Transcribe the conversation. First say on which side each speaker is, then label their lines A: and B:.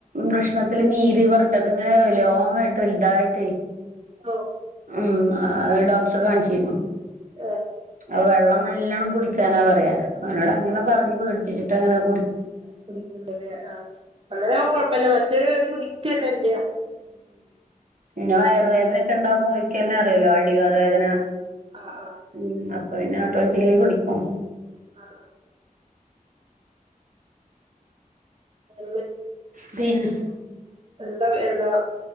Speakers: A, on the right; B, on the right.
A: വൃഷ്ണത്തില് നീര് പറഞ്ഞിട് അതിങ്ങനെ ലോങ്ങ ആയിട്ട് വലുതായിട്ട
B: ഓ
A: ഉം ഡോക്ടറെ കാണിച്ചിരുന്നു
B: ആ
A: അത് വെള്ളം നല്ലോണം കുടിക്കാനാ പറയാ ഞങ്ങള് അങ്ങനെ പറഞ് പേടിപ്പിച്ചു ഇ അങ്ങനെ കൊ
B: കുടിക്കേ ആഹ അന്നേര കൊഴപ്പല്ല മറ്റേ ഒരു കുടിക്കന്നെല്ല
A: ഇങ്ങ വയറ വേദനൊക്കെ ഉണ്ടാവും ന്നെ അറിയല്ലോ അടിവേതന
B: ആഹ് ആഹ്
A: ഉം അത പിന്നെ ഓട്ടോവാറ്റിക്കലി കുടിക്കും
B: ആഹ ആഹ <unintelligible>
A: സ്പെന്
B: എന്താ എന്താ